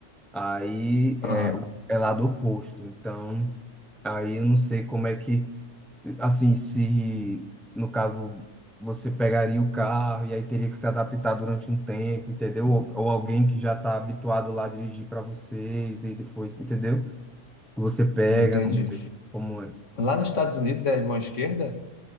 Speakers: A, in the centre; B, on the left (about 80°).
A: Aí
B: Aham,
A: é, é lado oposto. Então, aí eu não sei como é que. Assim, se no caso você pegaria o carro e aí teria que se adaptar durante um tempo, entendeu? Ou, ou alguém que já está habituado lá a dirigir para vocês e depois, entendeu? você pega,
B: entendi.
A: não sei como é.
B: Lá nos Estados Unidos é mão esquerda?